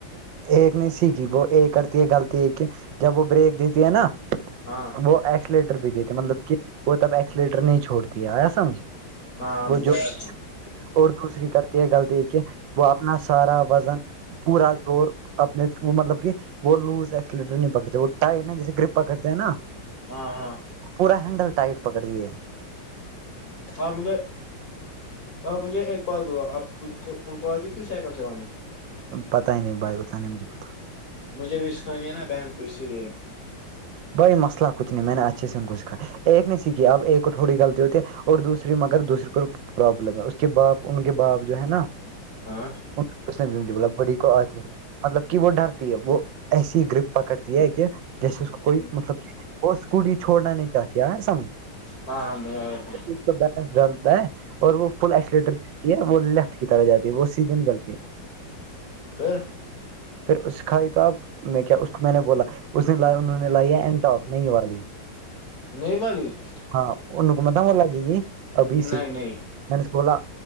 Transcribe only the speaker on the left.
ہاں
ہاںاں
مجھے
آ س
ہاں ہاں
آپ مجھے آپ مجھے ایک بار بلا آپ ان کو آتی تھی سائیکل چلانی
مجھے بھی اسکانی ہے نا بہن کو اسی لیے
ہاں
ہاں
ہاں ہاں
پھر
نہیں والال <unintelligible>
نہیں نہیں